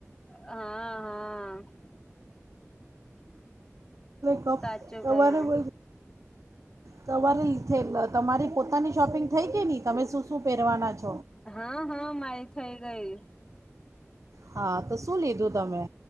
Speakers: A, on the left (about 15°); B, on the right (about 75°).
A: હા, હા <inaudible> <inaudible>
B: કપવારે
A: સાચું કયું
B: બ સવારે <unintelligible> તમારી પોતાની શોપિંગ થઈ કે નની તમે શું શું પહેરવાના છો
A: હા, હા, મારી થઇ ગઈ
B: હા તો શું લીધું તમે